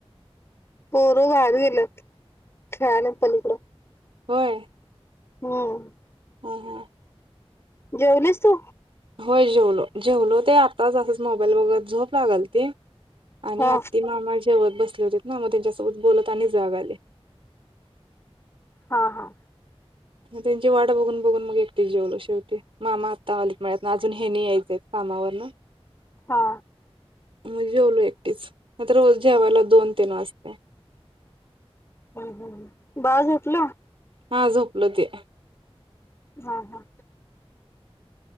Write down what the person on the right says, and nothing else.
व्हय.
ह ह.
होय जेवलो जेवलो ते आता असच मोबाईल बगत झोप लागालती. आणि
आत्ती मामा जेवत बस ली होती ना मग त्यांच्यासोबत बोलत आणि जाग आली.
मग त्यांची वाट बघून बघून मग एकटी जेवलो शेवटी मामा आत्ता आलीत मिळ्यातन अजून हेनी यायचेत कामावरन.
मग जेवलो एकटीच नाहीतर रोज जेवायला दोन तीन वाजते.
हा झोपलं ते.